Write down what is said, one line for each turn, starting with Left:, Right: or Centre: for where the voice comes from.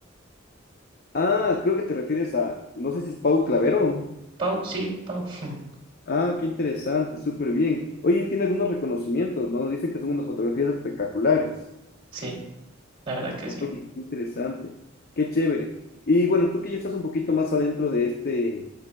Left: Ah, creo que te refieres a, no sé si es Pau Clavero.
Right: Pau, sí, Pau. <laughs>
Left: Ah, qué interesante, súper bien. Oye, él tiene algunos reconocimientos, ¿no? Dicen que son unas fotografías espectaculares.
Right: Sí, la verdad que
Left: Oye,
Right: sí,
Left: qué interesante, qué chévere. Y bueno, tú que ya estás un poquito más adentro de este,